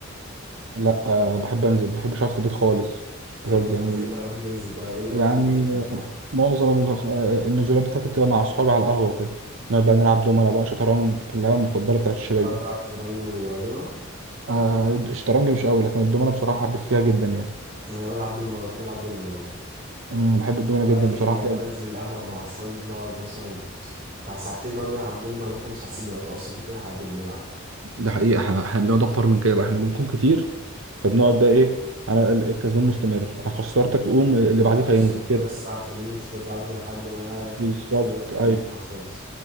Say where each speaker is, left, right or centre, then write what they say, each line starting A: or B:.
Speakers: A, on the right (about 70°); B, on the right (about 45°).
A: لا آه بحب انزل ما بحبش اقعد في البيت خالص
B: طب
A: بجد
B: بتروح
A: يعني
B: فين بقى لما تيجي تنزل بقى ايه الاماكن
A: يعني
B: اللي انت بتحب
A: آه،
B: تروحها
A: معظم ال- آه، النزولات بتاعتي بتبقى مع اصحابي على القهوه وكده نقعد بقى نلعب دومنة بقى شطرنج اللعبه المفضله بتاعت الشباب
B: بتعرف
A: دي
B: تلعب شطرنج ودومنا
A: آه، الشطرنج مش قوي لكن الدومنة بصراحة حريف فيها جدا يعني
B: انا بلعب دومنا بحب العب دومنا برضه
A: أمم، بحب الدومنة
B: لما
A: جدا
B: باجي
A: بصراحة
B: بنزل القهوة مع أصحابي بنقعد مثلا بتاع ساعتين نقعد نلعب دومنا وإحنا مش حاسين بالوقت أصلا كتر ما إحنا قاعدين بنلعب
A: ده حقيقة احنا احنا بنقعد اكتر من كده بقى احنا بنكون كتير فبنقعد بقى ايه انا ال- الكسبان مستمر انا خسرتك قوم اللي
B: يعني بقى
A: بعديك
B: الصبح
A: هينزل كده
B: ناس ساعة تانيين وتفضلوا تلعبوا كده لحد ما
A: بالظبط
B: كل واحد
A: ايوه
B: يبدأ خالص